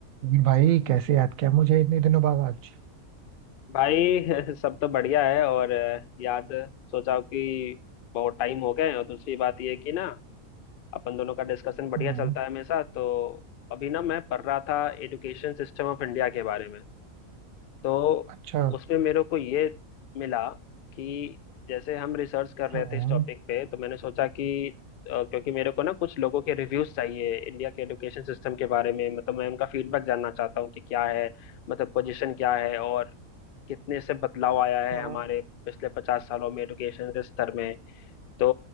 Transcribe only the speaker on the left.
भाई <laughs> सब तो बढ़िया है और अ, याद सोचा कि बहुत टाइम हो गए और दूसरी बात ये कि ना अपन दोनों का डिस्कशन बढ़िया
चलता है हमेशा तो अभी ना मैं पढ़ रहा था एजुकेशन सिस्टम ऑफ इंडिया के बारे में तो
उसमें मेरे को ये मिला कि जैसे हम रिसर्च कर रहे
थे
इस टॉपिक पे तो मैंने सोचा कि अ, क्योंकि मेरे को ना कुछ लोगों के रिव्यूज चाहिए इंडिया के एजुकेशन सिस्टम के बारे में मतलब मैं उनका फीडबैक जानना चाहता हूँ कि क्या है मतलब पोजीशन क्या है और कितने से बदलाव आया है
हमारे पिछले पचास सालों में एडुकेशन के स्तर में तो